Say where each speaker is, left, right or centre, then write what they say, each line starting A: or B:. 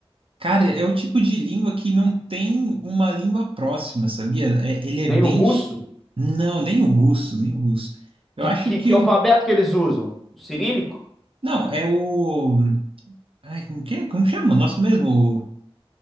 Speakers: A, on the right (about 65°); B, in the centre.
A: Cara, é o tipo de língua que não tem uma língua próxima, sabia? É- ele é
B: Nem
A: bem.
B: o russo?
A: chi- Não, nem o russo, nem o russo. Eu
B: Que,
A: acho
B: que,
A: que.
B: que alfabeto que eles usam? O cirílico?
A: Não, é o. Ai, como que é? Como chama? Nosso mesmo. O